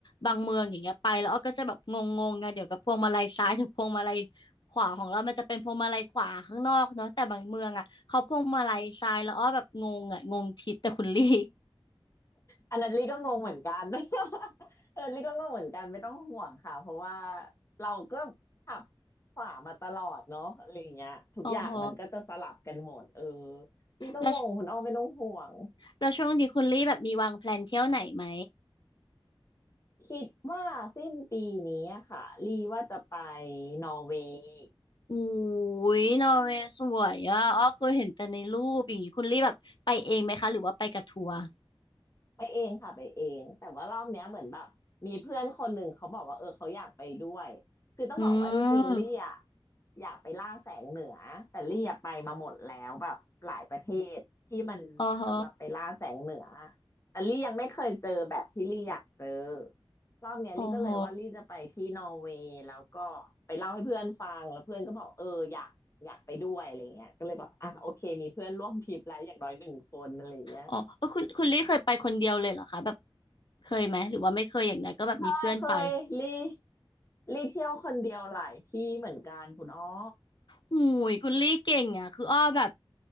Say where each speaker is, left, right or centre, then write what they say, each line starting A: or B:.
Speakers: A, on the left; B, on the left.
A: บางเมืองอย่างเงี้ยไปแล้วอ้อก็จะแบบงงๆไงเดี๋ยวแบบพวงมาลัยซ้ายถึงพวงมาลัยขวาของเรามันจะเป็นพวงมาลัยขวาข้างนอกเนาะแต่บางเมืองอ่ะเขาพวงมาลัยซ้ายแล้วอ้อแบบงงอ่ะงงทิศแต่คุณลี่
B: อันนั้นลี่ก็งงเหมือนกัน <laughs> อันนั้นลี่ก็งงเหมือนกันไม่ต้องห่วงค่ะเพราะว่าเราก็ขับขวามาตลอดเนาะอะไรอย่างเงี้ยทุกอย่างมันก็จะสลับกันหมดเออ
A: <laughs> อ๋อโห
B: ลี่ก็งงคุณอ้อไม่ต้องห่วง
A: แล้วแล้วช่วงนี้คุณลี่แบบมีวางแพลนเที่ยวไหนไหม
B: คิดว่าสิ้นปีนี้อะค่ะลี่ว่าจะไปนอร์เวย์
A: อุ้ยนอร์เวย์สวยอ่ะอ้อเคยเห็นแต่ในรูปอย่างงี้คุณลี่แบบไปเองไหมคะหรือว่าไปกับทัวร์
B: ไปเองค่ะไปเองแต่ว่ารอบเนี้ยเหมือนแบบมีเพื่อนคนหนึ่งเขาบอกว่าเออเขาอยากไปด้วยคือต้องบอกว่าจริงๆลี่อะ
A: อืม
B: อยากไปล่าแสงเหนือแต่ลี่อะไปมาหมดแล้วแบบหลายประเทศที่มันสำหรับไปล่าแสงเหนือ
A: อ๋อโห
B: แต่ลี่ยังไม่เคยเจอแบบที่ลี่อยากเจอรอบเนี้ยลี่ก็เลยว่าลี่จะไปที่นอร์เวย์แล้วก็ไปเล่าให้เพื่อนฟังแล้วเพื่อนก็บอกเอออยากอยากไปด้วยอะไรเงี้ยก็เลยบอกอ่ะโอเคมีเพื่อนร่วมทริปแล้วอย่างน้อยหนึ่งคนอะไรเงี้ย
A: อ๋อโห อ๋อเออคุณคุณลี่เคยไปคนเดียวเลยเหรอคะแบบเคยไหมหรือว่าไม่เคยอย่างนั้นก็แบบมีเพื่อนไป
B: ไม่เคยรีรีเที่ยวคนเดียวหลายที่เหมือนกันคุณอ้อ
A: หูยคุณลี่เก่งอ่ะคืออ้อแบบ